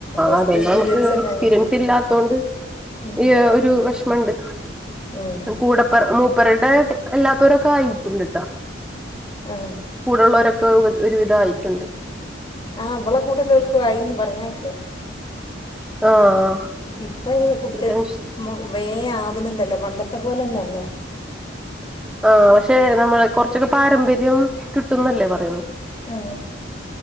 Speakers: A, on the left; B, in the centre.
A: ഫസ്റ്റ്
B: അതോണ്ട്
A: എക്സ്പീരിയൻസ്
B: നമുക്ക്
A: തന്നെയാണ്
B: എക്സ്പീരിയൻസ് ഇല്ലാത്തോണ്ട്
A: ഉം
B: ഈ ഒരു വെഷ് ഷ്മണ്ട്
A: ഉം
B: കൂടപ്പർ മൂപ്പരടെ എല്ലാതോരൊക്കെ ആയിട്ടുണ്ട്ട്ടോ
A: ആ
B: കൂടെള്ളവരൊക്കെ ഒരു വിധായിട്ടുണ്ട്
A: ആ വളെ കൂടല്ലോൽക്കുവായിന്ന് പറഞ്ഞേക്ക
B: ആഹ്
A: ഇപ്പൊയ്ന് കുട്ടേ
B: ഒരു ടെൻഷൻ
A: മു വേ ആവുന്നുണ്ടല്ലോ പണ്ടത്തെ പോലൊന്നല്ല
B: ആ പക്ഷെ നമ്മള കുറച്ചൊക്കെ പാരമ്പര്യം കിട്ടുന്നല്ലേ പറയണ
A: ആ